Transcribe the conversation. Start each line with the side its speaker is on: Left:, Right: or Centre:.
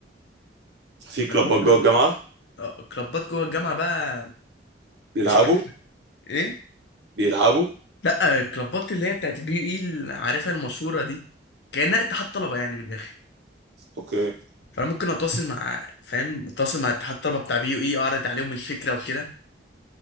Right: في
Left: فأنا
Right: كلوبات
Left: ممكن
Right: جوه الجامعة
Left: آه، كلابات جوه الجامعة بقى
Right: بيلعبوا
Left: مش عارف ايه
Right: بيلعبوا
Left: لا الكلابات اللي هي بتاعت بي اي اللي عارفها المشهورة دي كأنها اتحاد طلبة يعني من الآخر
Right: اوكي
Left: فأنا ممكن أتواصل مع فاهم أتواصل مع اتحاد الطلبة بتاع بي يو إي أعرض عليهم الفكرة وكده